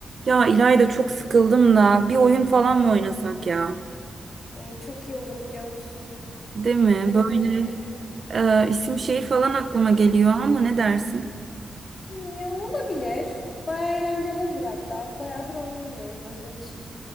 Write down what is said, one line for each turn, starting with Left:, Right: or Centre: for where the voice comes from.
Right: Ya İlayda çok sıkıldım da bir oyun falan mı oynasak ya?
Left: Ay, çok iyi olur biliyor musun?
Right: Değil mi?
Left: Deminden
Right: Böyle
Left: beri.
Right: e, isim şehir falan aklıma geliyor ama ne dersin?
Left: Hmm, Ya olabilir. Baya eğlenceli olur hatta. Bayağıdır oynamıyorum. Özlemişim.